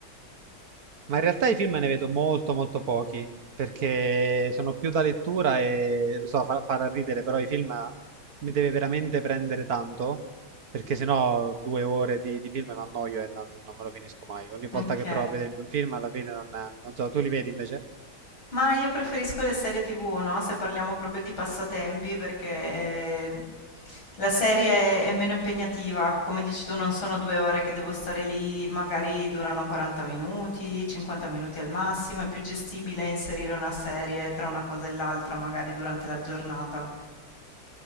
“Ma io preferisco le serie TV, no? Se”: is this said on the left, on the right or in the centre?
Left